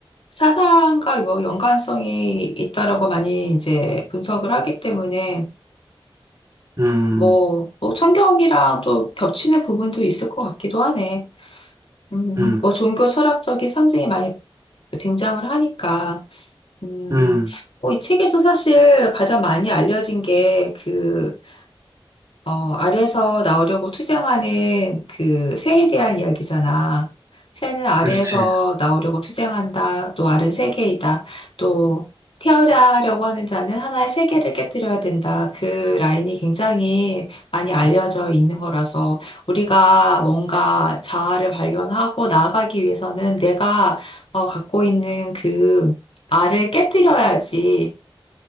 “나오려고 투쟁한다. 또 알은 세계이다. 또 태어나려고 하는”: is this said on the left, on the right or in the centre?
Left